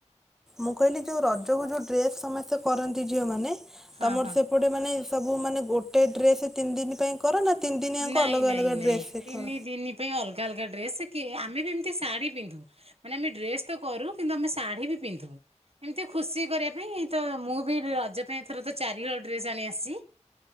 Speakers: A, in the centre; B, on the right (about 55°).
A: ମୁଁ କହିଲି ଯୋଉ ରଜକୁ ଯୋଉ ଡ୍ରେସ୍ ସମସ୍ତେ କରନ୍ତି ଝିଅମାନେ-
B: ହଁ
A: ତମର
B: ହଁ।
A: ସେପଟେ ମାନେ- ସବୁ ମାନେ ଗୋଟେ ଡ୍ରେସ୍ ତିନି ଦିନ୍ ପାଇଁ କର ନା ତିନି ଦିନିଆଙ୍କ
B: ନାଇଁ
A: ଅଲଗା
B: ନାଇଁ
A: ଅଲଗା
B: ନାଇଁ
A: ଡ୍ରେସ୍
B: ତିନି
A: କର
B: ଦିନି ପାଇଁ ଅଲଗା ଅଲଗା ଡ୍ରେସ୍ କି ଆମେ ବି ଏମିତି ଶାଢ଼ୀ ପିନ୍ଧୁ ମାନେ ଆମେ ଡ୍ରେସ୍ ତ କରୁ କିନ୍ତୁ ଆମେ ଶାଢ଼ୀ ବି ପିନ୍ଧୁ ଏମିତି ଖୁସି କରିବା ପାଇଁ ତ ମୁଁ ବି ରଜ ପାଇଁ ଏଥର ତ ଚାରିହଳ ଡ୍ରେସ୍ ଆଣି ଆସିଛି।